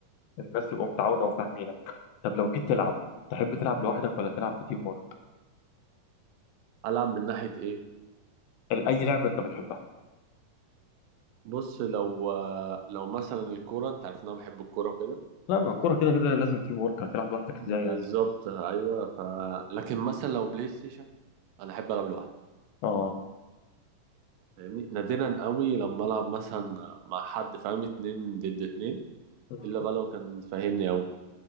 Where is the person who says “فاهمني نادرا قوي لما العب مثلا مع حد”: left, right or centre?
Right